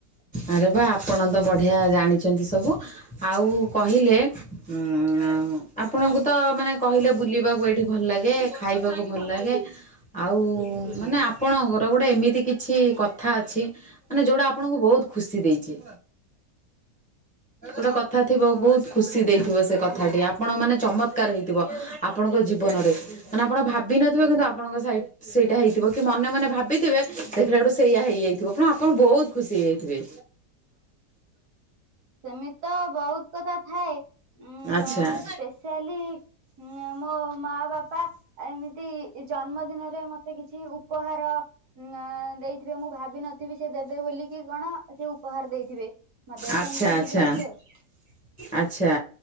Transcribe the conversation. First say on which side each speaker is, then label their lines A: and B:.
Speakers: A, in the centre; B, on the right (about 65°).
A: ଆରେ ବା ଆପଣ ତ ବଢିଆ। ଜାଣିଛନ୍ତି ସବୁ ଆଉ କହିଲେ ଉଁ ଆପଣଙ୍କୁ ତ ମାନେ କ କହିଲେ ବୁଲିବାକୁ ଏଇଠି ଭଲ ଲାଗେ ଖାଇବାକୁ ଭଲ ଲାଗେ। ଆଉ ମାନେ ଆପଣଙ୍କର ଗୋଟେ ଏମିତି କିଛି କଥା ଅଛି ମାନେ ଯେଉଁଟା ଆପଣଙ୍କୁ ବହୁତ ଖୁସି ଦେଇଛି। ଗୋଟେ କଥା ଥିବ
B: ଅ
A: ବହୁତ ଖୁସି ଦେଇଥିବ ସେ କଥାଟି ଆପଣ ମାନେ ଚମତ୍କାର ହେଇଥିବ ଆପଣଙ୍କ ଜୀବନରେ ମାନେ ଆପଣ ଭାବି ନଥିବେ କିନ୍ତୁ ଆପଣଙ୍କ ସେଇଟା ହେଇଥିବ କି ମନେ ମନେ ଭାବିଥିବେ ଦେଖିଲା ଏଠୁ ସେଇଆ ହେଇଯାଇଥିବ ପୁଣ ଆପଣ ବହୁତ ଖୁସି ହେଇ ହୁଏ।
B: ସେମିତି ତ ବହୁତ କଥା ଥାଏ ଉଁ
A: ଆଚ୍ଛା
B: ସ୍ପେସିଆଲି ହଁ ମୋ ମା ବାପା ଏମିତି ଜନ୍ମଦିନରେ ମତେ କିଛି ଉପହାର ଉଁ ଦେଇଥିବେ ମୁଁ ଭାବିନଥିବି ସେ ଦେବେ ବୋଲିକି କଣ ସେ ଉପହାର ଦେଇଥିବେ ମତେ।
A: ଆଚ୍ଛା
B: ସେମିତି
A: ଆଚ୍ଛା
B: କିଛି ଅଛି ଆଉ।
A: ଆଚ୍ଛା